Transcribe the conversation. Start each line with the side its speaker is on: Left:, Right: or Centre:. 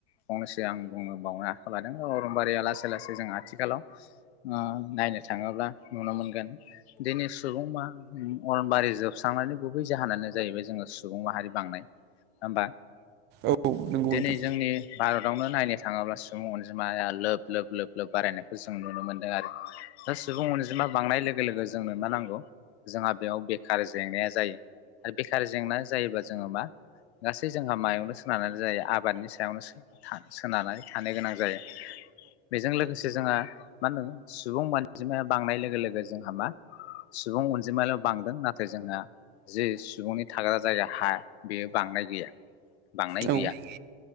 Left: फंनैसो आं बुंनो बावनो आखायाव लादों। ओ अरनबारिया लासै लासै जों आथिखालाव ओ नायनो थाङोब्ला नुनो मोनगोन दिनै सुबुंमा ओम अरनबारि जोबस्रांनायनि गुबै जाहोनानो जाहैबाय जोङो सुबुं माहारि बांनाय। होमबा
Right: औ नंगौ
Left: दिनै
Right: नोंथां
Left: जोंनि भारतावनो नायनो थाङोब्ला सुबुं अनजिमाया लोब लोब लोब लोब बारायनायखौ जों नुनो मोनदों आरो। दा सुबुं अनजिमा बांनाय लोगो लोगो जोंनो मा नांगौ जोंहा बेयाव बेखार जेंनाया जायो आरो बेखार जेंनाया जायोबा जोङो मा गासै जोंहा मायावनो सोनारनानै जायो आबादनि सायावनो सो था सोनारनानै थानो गोनां जायो। बेजों लोगोसे जोङो मा होनो सुबुं अजिमाया बांनाय लोगो लोगो जोंहा मा सुबुं अनजिमाल' बांदों नाथाय जोंहा जि सुबुंनि थाग्रा जायगा हा बांनाय गैया बांनाय गैया
Right: औ